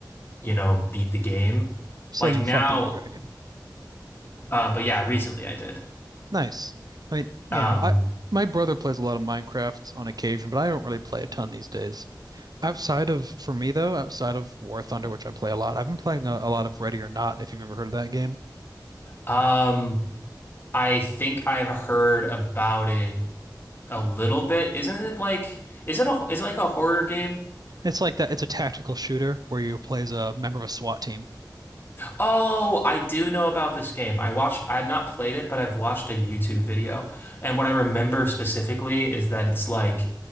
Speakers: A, on the left; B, on the right.
A: you know beat the game
B: Say
A: like
B: you
A: now
B: fought the Ender Dragon.
A: uh but yeah recently I did
B: Nice. I mean, yeah,
A: um
B: I my brother plays a lot of Minecraft on occasion, but I don't really play a ton these days. Outside of, for me though, outside of War Thunder, which I play a lot, I've been playing a, a lot of Ready or Not, if you've ever heard of that game.
A: um I think I've heard about it a little bit. Isn't it like is it a is it like a horror game?
B: It's like that. It's a tactical shooter where you play as a member of a SWAT team
A: Oh, I do know about this game. I watched I've not played it, but I've watched a YouTube video. And what I remember specifically is that it's like